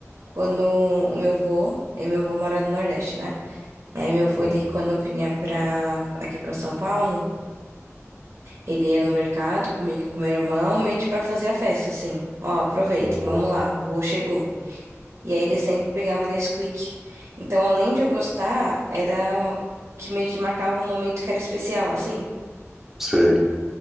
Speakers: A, on the right (about 60°); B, in the centre.
A: quando o meu vô, e meu vô mora no Nordeste, né? E aí meu vô,
B: Hum,
A: ele, quando vinha pra, aqui pra São Paulo, ele ia no mercado comigo e com meu irmão, meio que pra fazer a festa, assim. Ó, aproveitem,
B: Uhum.
A: vamos lá, o vô chegou. E aí ele sempre pegava Nesquik. Então, além de eu gostar, era que meio que marcava um momento que era especial, assim.
B: Sei.